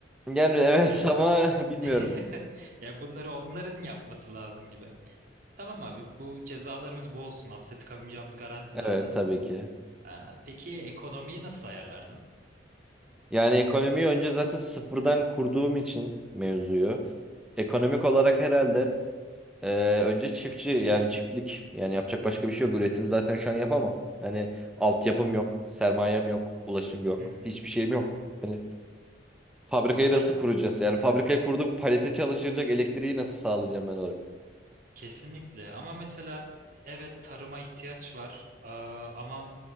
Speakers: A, in the centre; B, on the right (about 50°).
A: Yani evet
B: yani
A: <laughs> ama bilmiyorum.
B: <laughs> Ya bunları onların yapması lazım gibi. Tamam abi bu cezalarımız bu olsun. Hapse tıkamayacağımız garanti
A: Evet
B: zaten.
A: tabii ki.
B: Ee, peki ekonomiyi nasıl ayarlardın?
A: Yani ekonomiyi önce zaten sıfırdan kurduğum için mevzuyu. Ekonomik
B: Hı hı.
A: olarak herhalde e, önce çiftçi yani çiftlik yani yapacak başka bir şey yok. Üretim zaten şu an yapamam.
B: Hı hı.
A: Hani altyapım yok, sermayem yok, ulaşım yok,
B: Hı hı.
A: hiçbir şeyim yok.
B: Hı hı.
A: Hani fabrikayı nasıl
B: Aynen.
A: kuracağız? Yani fabrikayı kurduk, palete çalışacak elektriği nasıl sağlayacağım ben oraya?
B: Kesinlikle. Ama mesela evet tarıma ihtiyaç var. Ee, ama